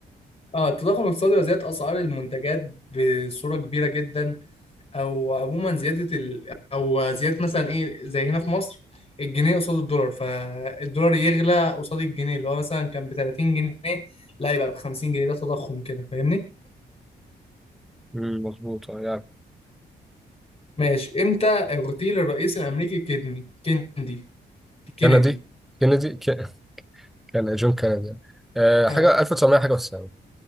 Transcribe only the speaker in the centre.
مم، مظبوط آه، يعني
كندي كندي ك- كان جون كندي آه،
حاجة 1900 حاجة و90